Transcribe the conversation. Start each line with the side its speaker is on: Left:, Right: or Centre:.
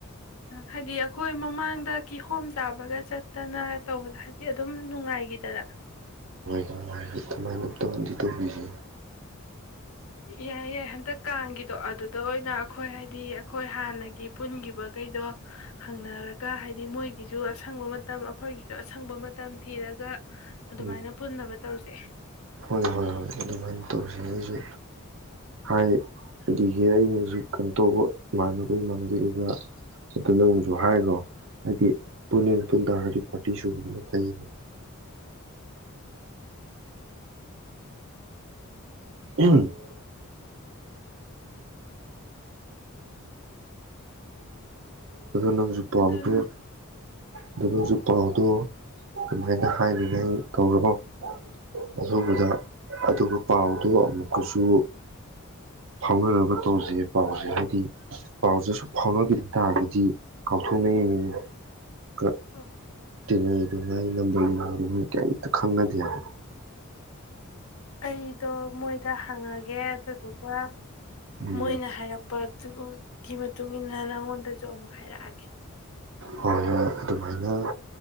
Left: ꯍꯥꯏꯗꯤ ꯑꯩꯈꯣꯏ ꯃꯃꯥꯡꯗ ꯀꯤꯍꯣꯝ ꯆꯥꯕꯒ ꯆꯠꯇꯅ ꯇꯧꯕꯗ ꯍꯥꯏꯗꯤ ꯑꯗꯨꯝ ꯅꯨꯡꯉꯥꯏꯈꯤꯗꯅ
Right: ꯅꯨꯡ ꯀꯃꯥꯏꯅ ꯑꯝꯇꯪꯗꯤ ꯇꯧꯕꯤꯁꯤꯦ
Left: ꯌꯥꯏ ꯌꯥꯏ ꯍꯟꯗꯛ ꯀꯥꯡꯒꯤꯗꯣ ꯑꯗꯨꯗ ꯑꯣꯏꯅ ꯑꯩꯈꯣꯏ ꯍꯥꯏꯗꯤ ꯑꯩꯈꯣꯏ ꯍꯥꯟꯅꯒꯤ ꯄꯨꯟꯈꯤꯕꯈꯩꯗꯣ ꯍꯪꯅꯔꯒ ꯍꯥꯏꯗꯤ ꯃꯣꯏꯒꯤꯁꯨ ꯑꯁꯪꯕ ꯃꯇꯝ ꯑꯩꯈꯣꯏꯒꯤꯁꯨ ꯑꯁꯪꯕ ꯃꯇꯝ ꯊꯤꯔꯒ ꯑꯗꯨꯃꯥꯏꯅ
Right: ꯎꯝ
Left: ꯄꯨꯟꯅꯕ ꯇꯧꯁꯦ
Right: ꯍꯣꯏ ꯍꯣꯏ ꯍꯣꯏ ꯑꯗꯨꯃꯥꯏꯅ ꯇꯧꯁꯤ ꯑꯩꯁꯨ ꯍꯥꯏ ꯑꯗꯒꯤ ꯑꯩꯅꯁꯨ ꯀꯩꯅꯣ ꯇꯧꯕ ꯏꯃꯥꯟꯅꯕ ꯏꯃꯥꯟꯅꯕꯒꯤꯗ ꯑꯗꯨꯗꯪꯨꯛꯁꯨ ꯍꯥꯏꯔꯣ ꯍꯥꯏꯗꯤ ꯄꯨꯟꯅ ꯄꯨꯡ ꯇꯥꯔꯒꯗꯤ ꯄꯥꯔꯇꯤ ꯁꯨꯗꯨꯅꯣ ꯐꯩꯌꯦꯕꯀꯣ ꯎꯝ ꯑꯗꯣ ꯅꯪꯁꯨ ꯄꯥꯎꯈ꯭ꯔꯦ
Left: ꯑꯗꯨꯅꯤ
Right: ꯑꯗꯨ ꯅꯁꯨ ꯄꯥꯎꯗꯣ ꯑꯗꯨꯃꯥꯏꯅ ꯍꯥꯏꯅꯤꯡꯉꯥꯏ ꯀꯧꯔꯣ ꯑꯗꯨꯗ ꯑꯗꯨꯒ ꯄꯥꯎꯗꯣ ꯑꯃꯨꯛꯀꯁꯨ ꯐꯥꯎꯅꯔꯒ ꯇꯧꯁꯩ ꯄꯥꯎꯁꯦ ꯍꯥꯏꯗꯤ ꯄꯥꯎꯁꯦ ꯁꯨꯝ ꯐꯥꯎꯅꯈꯤꯗ ꯇꯥꯔꯒꯗꯤ ꯗꯤ ꯀꯥꯎꯊꯨꯝꯅ ꯃꯤ ꯀꯥ
Left: ꯍꯣꯏ ꯍꯣꯏ
Right: ꯇꯤꯉꯩꯗꯨꯉꯥꯏ ꯅꯕꯨꯣꯜꯉꯩꯗꯨꯉꯥꯏ ꯀꯩꯝꯇ ꯈꯪꯅꯗꯦ ꯍꯥꯏ
Left: ꯑꯩꯗꯣ ꯃꯣꯏꯗ ꯍꯪꯉꯒꯦ ꯑꯗꯨꯗꯨ <unintelligible>
Right: ꯎꯝ
Left: ꯃꯣꯏꯅ ꯍꯥꯏꯔꯛꯄ ꯑꯗꯨꯒꯤ ꯃꯇꯨꯡ ꯃꯇꯨꯡꯏꯟꯅ ꯅꯣꯟꯗ ꯑꯃꯨꯛ ꯍꯥꯏꯔꯛꯑꯒꯦ
Right: ꯍꯣꯏ ꯍꯣꯏ ꯑꯗꯨꯃꯥꯏꯅ